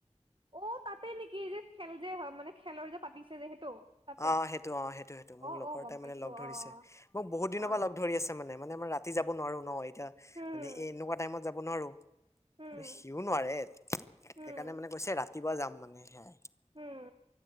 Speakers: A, on the right; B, on the left.
A: অ, তাতে নেকি? এই যে খেল যে হয় মানে খেলৰ যে পাতিছে যে সেইটো? তাতে
B: অ সেইটো, অ সেইটো-সেইটো, মোক
A: অ
B: লগৰ
A: অ গম
B: তাই
A: পাইছো
B: মানে লগ ধৰিছে,
A: অ
B: মোক বহুত
A: অ
B: দিনৰ পৰা লগ ধৰি আছে মানে মানে আ ৰা ৰাতি যাব নোৱাৰো ন এতিয়া,
A: উম
B: মানে এ এনেকুৱা টাইমত যাব নোৱাৰো।
A: উম
B: সিও নোৱাৰে,
A: উম
B: সেইকাৰণে মানে কৈছে ৰাতিপুৱা যাম মানে সেয়াই।
A: উম